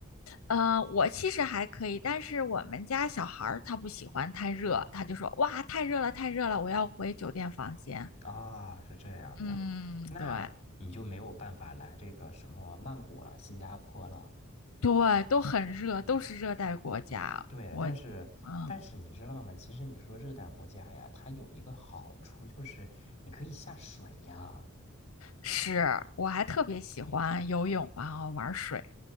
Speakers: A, on the left; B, on the left.
A: 呃，我其实还可以，但是我们家小孩儿他不喜欢太热，他就说哇太热了太热了，我要回酒店房间。
B: 啊，是这样的，
A: 嗯，
B: 那你就没有办法来这个什么曼谷了、
A: 对。
B: 新加坡了。
A: 对，都很热，都是热带国家。
B: 对，但是但是你知道吗？
A: 嗯，
B: 其实你说热带国家呀，它有一个好处就是你可以下水呀。
A: 是，我还特别喜欢游泳啊，玩水